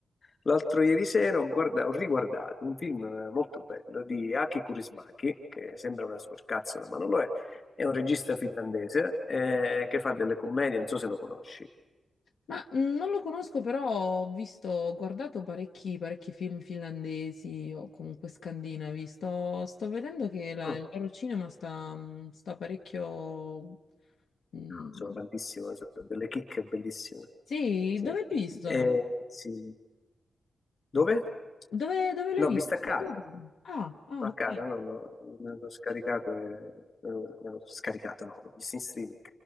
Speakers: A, on the left; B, on the left.
A: l'altro ieri sera ho, guarda- ho riguardato un film eh, molto bello di Aki Kaurismäki, che sembra una supercazzola, ma non lo è, è un regista finlandese eh, che fa delle commedie, non so se lo conosci.
B: Ma mh, non lo conosco, però ho visto, ho guardato parecchi, parecchi film finlandesi o comunque scandinavi. Sto, sto vedendo che la-
A: Mm,
B: il loro cinema sta, mh, sta parecchio... mh,
A: sono tantissime, sono delle chicche bellissime.
B: Sì,
A: Sì.
B: dove l'hai visto?
A: Eh, sì. Dove?
B: Dove, dove l'hai
A: No,
B: visto?
A: vista a casa.
B: Ah, ah,
A: A
B: ok.
A: casa, no, no, me l'ho scaricato, e, me l'ho me l'ho scaricato, no, l'ho visto in streaming,